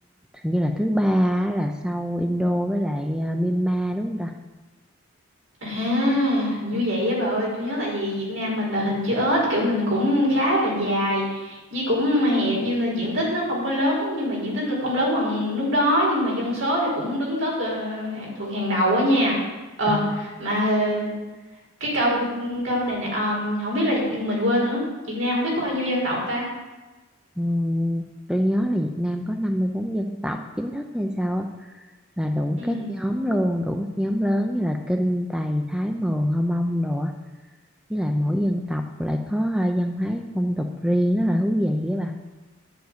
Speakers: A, in the centre; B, on the right.
A: hình như là thứ ba á, là sau Indo với lại ờ, Myanmar đúng không ta?
B: À, như vậy á bà ơi, tôi nhớ tại vì Việt Nam mình là hình chữ S, kiểu mình cũng khá là dài, với cũng hẹp nhưng mà diện tích nó không có lớn, nhưng mà diện tích nó không lớn bằng nước đó, nhưng mà dân số thì cũng đứng top ờ, hàng- thuộc hàng đầu á nha. Ờ,
A: À,
B: mà ờ, cái câu câu này nè, ờm, không biết là mình quên nữa, Việt Nam không biết có bao nhiêu dân tộc ta.
A: ừm, tôi nhớ là Việt Nam có 54 dân tộc chính thức hay sao á là đủ
B: Ừ.
A: các nhóm luôn đủ các nhóm lớn như là Kinh, Tày, Thái, Mường, Hơ Mông đồ á với lại mỗi dân tộc lại có ờ, văn hóa phong tục riêng rất là thú vị á bà